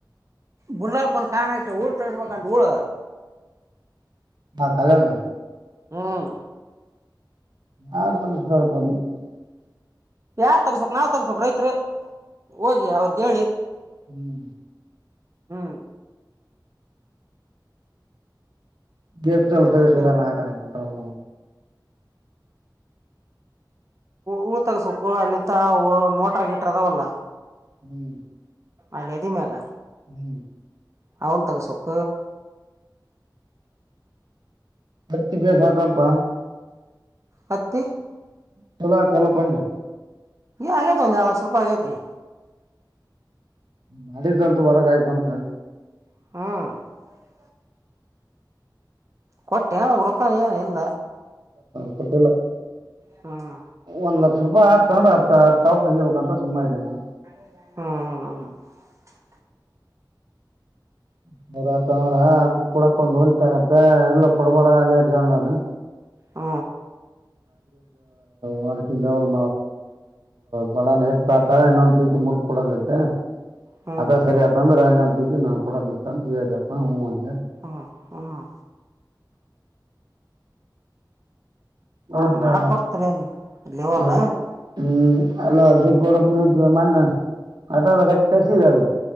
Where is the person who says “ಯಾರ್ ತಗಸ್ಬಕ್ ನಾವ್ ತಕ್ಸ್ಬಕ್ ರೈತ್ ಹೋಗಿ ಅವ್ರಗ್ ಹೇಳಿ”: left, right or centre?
Right